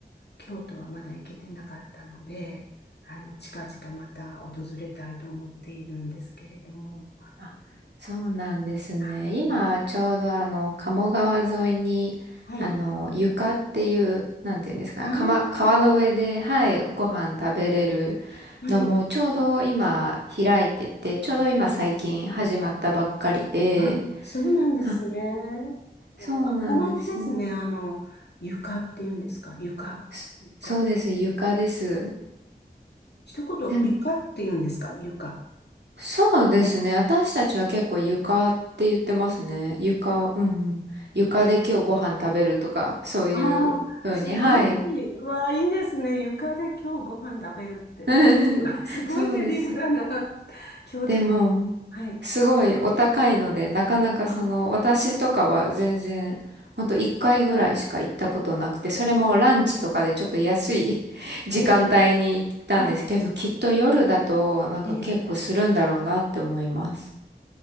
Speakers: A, on the left (about 75°); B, on the right (about 80°).
A: 京都はまだ行けてなかったので、あの、近々また訪れたいと思っているんですけれども。
B: あ、そうなんですね。
A: あ、
B: 今、ちょうどあの、鴨川沿いに、
A: はい。
B: あの、床っていう、なんていうんですかね、
A: ああ、は
B: かま川の上で、はい、ご飯食べれる
A: い。
B: のも、ちょうど今、開いてて、ちょうど今、
A: うん
B: 最近始まったばっかりで、
A: あ、そうなんですね。
B: あ、そうなんです。
A: 憧れですね。あの、床っていうんですか。床。
B: そそうです、
A: 床。
B: 床です。
A: 一言、
B: でも
A: 床って言うんですか床。
B: そうですね。私たちは結構床って言ってますね。床、うんうん。床で今日ご飯食べるとか、そういうふうに。
A: ああー、すごい。
B: はい。
A: わあ、いいですね。床で今日ご飯食べるって。
B: <laughs>
A: わあすごいセリフだな。
B: そうです。
A: 京都も。
B: でも、
A: はい。
B: すごいお高いので、なかなかその、
A: あ、
B: 私とかは全然、ほんと1回ぐらいしか行ったことなくて、それもランチとかでちょっと安い <laughs> 時間帯に行ったんですけど、
A: ええ、はい。
B: きっと夜だとなんか結構するんだろうなって思います。
A: ええ、